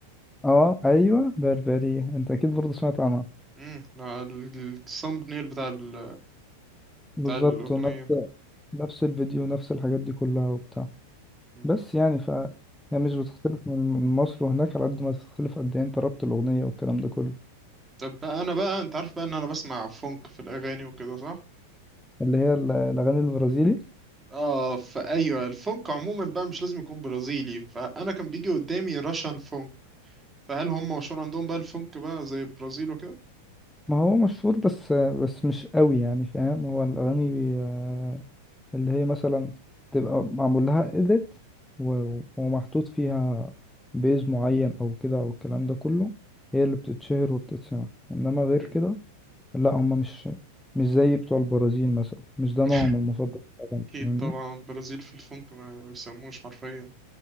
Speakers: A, in the centre; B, on the right.
A: اه ايوه بربري انت اكيد برضه سمعت عنها
B: امم الثامب نيل بتاع ال...
A: بالظبط
B: بتاع الأغنية
A: ونفس نفس الفيديو نفس الحاجات دي كلها وبتاع
B: مم.
A: بس يعني ف هي مش بتختلف من من مصر وهناك على قد ما تختلف قد ايه انت ربط الأغنية والكلام ده كله
B: طب بقى أنا بقى أنت عارف بقى إن أنا بسمع فونك في الأغاني وكده صح؟
A: اللي هي ال- الأغاني البرازيلي
B: اه فأيوه الفونك عموما بقى مش لازم يكون برازيلي فأنا كان بيجي قدامي راشان فونك فهل هم مشهور عندهم بقى الفونك بقى زي البرازيل وكده؟
A: ما هو مشهور بس بس مش قوي يعني فاهم هو الأغاني بي- آه، اللي هي مثلا تبقى معمول لها إيديت ومحطوط فيها بيز معين أو كده أو الكلام ده كله هي اللي بتتشهر وبتتسمع إنما غير
B: مم.
A: كده لا هما مش مش زي بتوع البرازيل مثلا مش ده
B: <laughs>
A: نوعهم المفضل في الأغاني،
B: أكيد
A: فاهمني
B: طبعا البرازيل في الفونك ما بيسموش حرفيا